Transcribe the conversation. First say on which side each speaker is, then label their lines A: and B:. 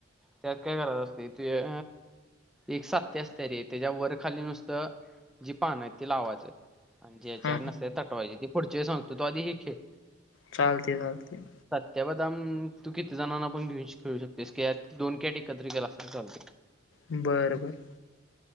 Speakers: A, in the centre; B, on the left.
A: त्यात काय करात असते ते एक सात्य असते रे त्याच्या वरखाली नुसतं जी पानं आहे ती लावायचं. आणि जाच्याकडं
B: हा
A: नसते तटवायच ते पुढच्या वेळ सांगतो, तू आधी ही खेळ.
B: चालतंय, चालतंय.
A: सत्याबर दम तू किती जणांना पण घेऊन खेळू शकतोयस. की यात दोन कॅट एकत्र केलास तरी चालतोय.
B: बरं, बरं.